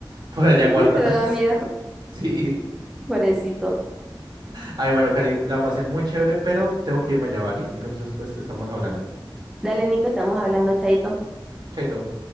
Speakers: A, on the right (about 60°); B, in the centre.
A: por allá
B: <laughs>
A: guardadas.
B: Te daba miedo,
A: <laughs>
B: <laughs>
A: Sí.
B: pobrecito.
A: Ay, bueno, Cari, la pasé muy chévere, pero tengo que irme ya, ¿vale? Entonces, pues estamos hablando.
B: Dale, Nico, estamos hablando, chaito.
A: Chaito.